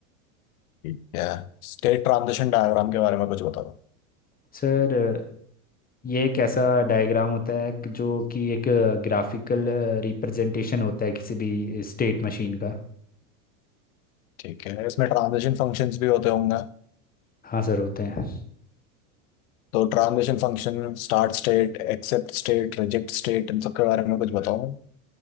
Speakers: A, on the left; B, on the left.
A: ठीक है स्टेट ट्रांजिशन डायग्राम के बारे में कुछ बताओ
B: सर अ, ये एक ऐसा डायग्राम होता है कि- जो कि एक ग्राफिकल रिप्रेजेंटेशन होता है किसी भी स्टेट मशीन का
A: ठीक है इसमें ट्रांजिशन फंक्शंस भी होते होंगे
B: हाँ सर होते हैं
A: तो transition function start state accept state reject state इन सब के बारे में कुछ बताओ